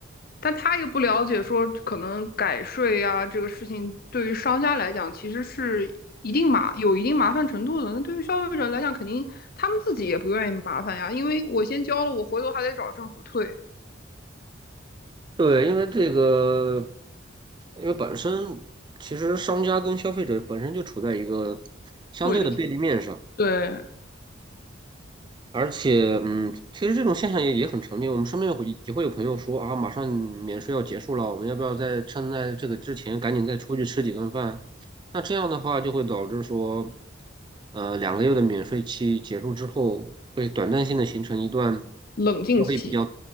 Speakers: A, on the left; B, on the right.
A: 但他又不了解说可能改税呀、这个事情，对于商家来讲其实是一定麻有一定麻烦程度的。那对于消费者来讲，肯定他们自己也不愿意麻烦呀，因为我先交了，我回头还得找政府退，
B: 对，因为这个，因为本身其实商家跟消费者本身就处在一个相对的对立面上，
A: 对立对，
B: 而且，嗯，其实这种现象也也很常见。我们身边会也会有朋友说啊，马上免税要结束了，我们要不要在趁在这个之前赶紧再出去吃几顿饭？那这样的话就会导致说，呃，两个月的免税期结束之后，会短暂性的形成一段
A: 冷静期。
B: 消费比较